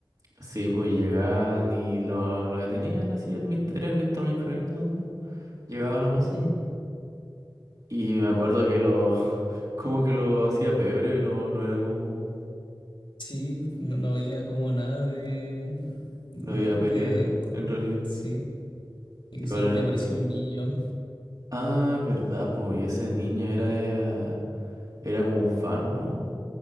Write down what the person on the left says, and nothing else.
Ujú.
Sí, no, no había como nada de... de...
como-
sí. Y
solo
que aparecía un niño.